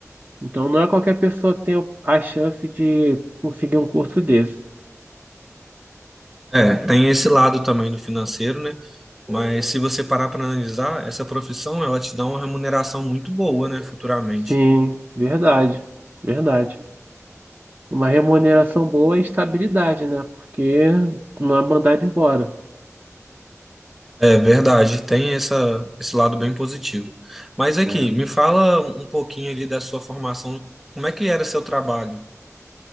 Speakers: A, on the right; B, in the centre.
A: Então não é qualquer pessoa que tem a chance de conseguir um curso desse.
B: É, tem esse lado também do financeiro, né? Mas se você parar para analisar, essa profissão ela te dá uma remuneração muito boa, né, futuramente.
A: Sim, verdade, verdade. Uma remuneração boa e estabilidade, né? Porque tu não é mandado embora.
B: É verdade, tem essa, esse lado bem positivo. Mas aqui,
A: né?
B: me fala um pouquinho ali da sua formação, como é que era seu trabalho?